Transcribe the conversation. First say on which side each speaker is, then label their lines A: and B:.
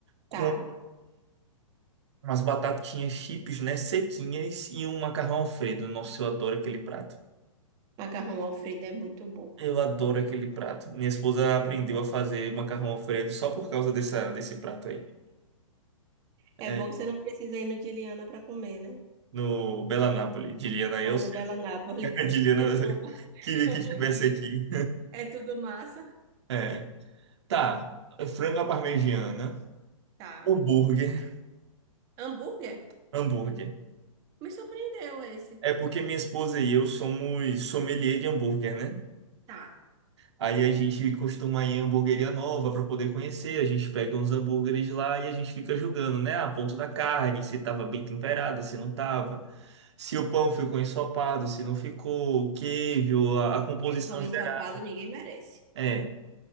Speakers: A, on the right (about 55°); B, on the right (about 20°).
A: com
B: Tá.
A: umas batatinhas chips, né? Sequinhas e um macarrão Alfredo. Nossa, eu adoro aquele prato.
B: Macarrão Alfredo é muito bom.
A: Eu adoro aquele prato. Minha esposa aprendeu a fazer macarrão Alfredo só por causa dessa, desse prato aí. É,
B: É bom que você não precisa ir no de Liana para comer, né?
A: no Bela Nápoles. Diliana,
B: Ou
A: eu sei.
B: no Bela Nápoles.
A: Diliana
B: <laughs> Desculpa,
A: <laughs> queria
B: confundi.
A: que tivesse aqui.
B: É tudo massa.
A: É. Tá. Frango à parmegiana.
B: Tá.
A: Hambúrguer.
B: Hambúrguer?
A: Hambúrguer.
B: Me surpreendeu esse.
A: É porque minha esposa e eu somos sommelier de hambúrguer, né?
B: Tá.
A: Aí a gente costuma ir em hamburgueria nova para poder conhecer, a gente pega uns hambúrgueres lá e a gente fica julgando, né? A ponto da carne, se tava bem temperada, se não tava, se o pão ficou ensopado, se não ficou, o queijo, a, a composição
B: É, Pão ensopado
A: geral.
B: ninguém merece.
A: É,